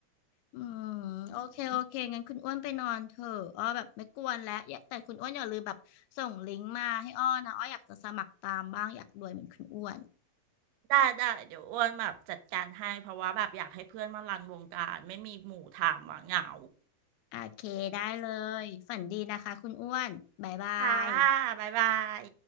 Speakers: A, on the left; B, on the right.
A: อืมโอเคโอเคงั้นคุณอ้วนไปนอนเถอะอ้อแบบไม่กวนแล้วอย่าแต่คุณอ้วนอย่าลืมแบบส่งลิงก์มาให้อ้อนะอ้ออยากจะสมัครตามบ้างอยากรวยเหมือนคุณอ้วน
B: อืมได้ได้เดี๋ยวอ้วนแบบจัดการให้เพราะว่าแบบอยากให้เพื่อนมารันวงการไม่มีหมู่ทำอ่ะเหงา
A: โอเคได้เลยฝันดีนะคะคุณอ้วนบ๊ายบาย
B: ค่ะบ๊ายบาย